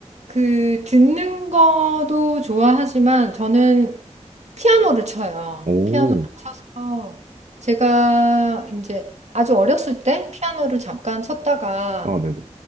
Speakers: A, on the right; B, on the right.
A: 그 듣는 거도 좋아하지만 저는 피아노를 쳐요.
B: 오,
A: 피아노. 어, 제가 이제 아주 어렸을 때 피아노를 잠깐 쳤다가
B: 아 네네